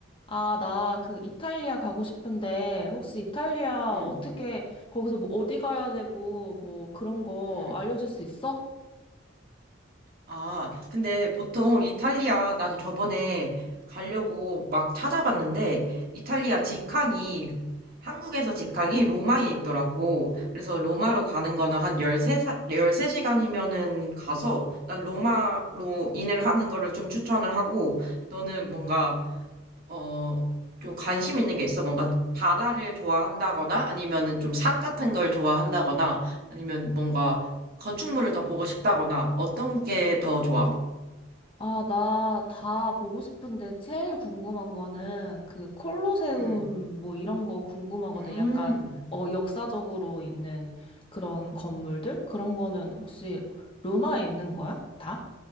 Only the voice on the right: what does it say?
음,
음.
아, 근데 보통 이탈리아, 나도 저번에 가려고 막 찾아봤는데, 이탈리아 직항이, 한국에서 직항이 로마에 있더라고. 그래서 로마로 가는 거는 한 13, 13시간이면은 가서, 난 로마로 인을 하는 거를 좀 추천을 하고, 너는 뭔가 어, 좀 관심 있는 게 있어? 뭔가 바다를 좋아한다거나 아니면은 좀 산 같은 걸 좋아한다거나 아니면 뭔가 건축물을 더 보고 싶다거나 어떤 게 더 좋아?
음,
음,